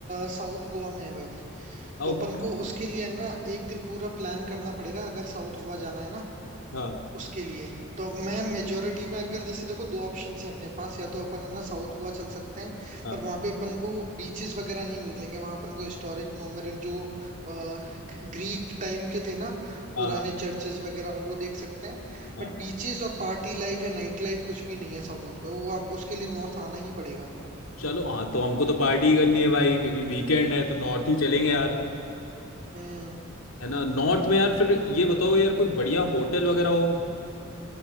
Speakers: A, on the right; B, on the left.
A: साउथ गोवा में है भाई
B: South
A: तो अपन को उसके लिए ना एक दिन पूरा प्लान करना पड़ेगा अगर साउथ गोवा जाना है ना
B: हाँ
A: उसके लिए तो मैं मेजोरिटी में अगर जैसे देखो दो ऑप्शन है अपने पास या तो अपन है ना साउथ गोवा चल सकते हैं
B: हाँ
A: पर वहां पे अपन को बीचेस वगैरह नहीं मिलेंगे वहां अपन को हिस्टोरिक मोन्यूमेंट जो ग्रीक टाइम के थे ना पुराने
B: हाँ
A: चर्चेस वगैरह वो देख सकते हैं
B: हाँ
A: बट बीचेस और पार्टी लाइफ या नाइट लाइफ कुछ भी नहीं है साउथ में वो आप उसके लिए नॉर्थ आना ही पड़ेगा
B: चलो हाँ तो हमको तो पार्टी करनी है भाई क्योंकि वीकेंड है तो नॉर्थ ही चलेंगे यार
A: हम्म
B: है ना नॉर्थ में यार फिर ये बताओ यार कोई बढ़िया होटल वगैरह हो